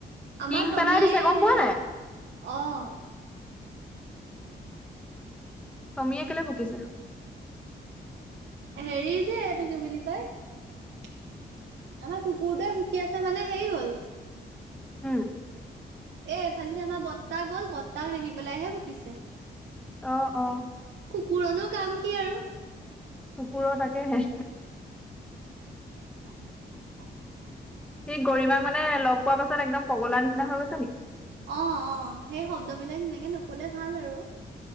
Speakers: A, on the right; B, in the centre.
A: আমাৰ
B: টিং
A: টমীয়ে
B: পেলাই দিছে গম
A: হেৰি
B: পোৱা নাই?
A: অ',
B: তমিয়ে কেলে ভুকিছে?
A: হেৰি যে এইটো কি বুলি কয় আমাৰ কুকুৰটোয়ে ভুকী আছে মানে হেৰি হ'ল
B: হুম,
A: এ এফালে আমাৰ বৰ্তাহ গ'ল বৰ্তাক দেখি পেলাইহে ভুকিছে।
B: অ', অ',
A: কুকুৰনো কাম কি আৰু?
B: কুকুৰৰ তাকেহে
A: <inaudible>
B: সি গৌৰিমাক মানে লগ পোৱাৰ পাছত একদম পগলা নিচিনা হৈ গৈছে নেকি?
A: অ', অ', সেই শব্দবিলাক এনেকে নকলে ভাল আৰু।